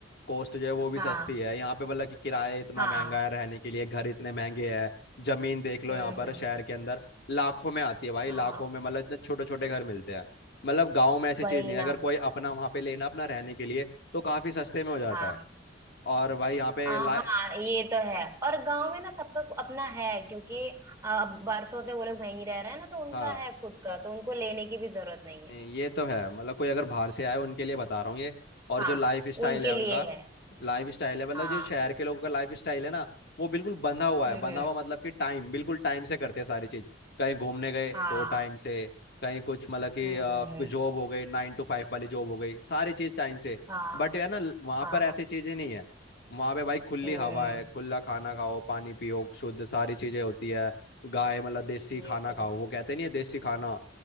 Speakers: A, on the left; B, on the right.
A: कॉस्ट जो है वो भी
B: हाँ
A: सस्ती है यहाँ पे मतलब कि किराया इतना
B: हाँ
A: महंगा है रहने के लिए घर इतने महंगे हैं जमीन देख लो
B: हम्म
A: यहाँ पर
B: हम्म
A: शहर
B: हम्म,
A: के अंदर लाखों में आती है भाई
B: हाँ
A: लाखों में मतलब इतने छोटे छोटे घर मिलते हैं मतलब गाँव में ऐसी
B: वही
A: चीज नहीं है
B: ना
A: अगर कोई अपना वहाँ पे लेना अपना रहने के लिए तो काफी सस्ते में हो जाता
B: हाँ
A: है और भाई यहाँ पे
B: आ,
A: ला
B: हाँ ये तो है और गांव में ना सबका को- अपना है क्योंकि आ, बरसों से वो लोग वहीं रह रहे हैं ना तो उनका
A: हाँ
B: है खुद का तो उनको लेने की भी जरूरत नहीं है
A: ये तो है मतलब कोई अगर बाहर से आए उनके लिए बता रहा हूँ ये और
B: हाँ
A: जो लाइफ स्टाइल
B: उनके
A: है
B: लिए
A: उनका
B: है
A: लाइफ स्टाइल है मतलब
B: हाँ
A: जो शहर के लोगों का लाइफ स्टाइल है ना वो बिल्कुल बंधा हुआ
B: हम्म
A: है बंधा
B: हम्म
A: हुआ मतलब कि टाइम बिल्कुल टाइम से करते हैं सारी चीज कहीं घूमने गए
B: हाँ
A: तो टाइम से कहीं कुछ मतलब कि
B: हम्म
A: अ,
B: हम्म
A: कुछ
B: हम्म,
A: जॉब हो गई नाइन टू फाइव वाली जॉब हो गई सारी चीज टाइम से
B: हाँ
A: बट यार ना वहां
B: हाँ
A: पर ऐसी चीजें नहीं है वहां पे भाई खुली
B: हम्म
A: हवा है खुला खाना खाओ पानी पियो शुद्ध सारी चीजें होती है गाय मतलब देसी
B: ये
A: खाना
B: तो
A: खाओ
B: है
A: वो कहते नहीं है देसी खाना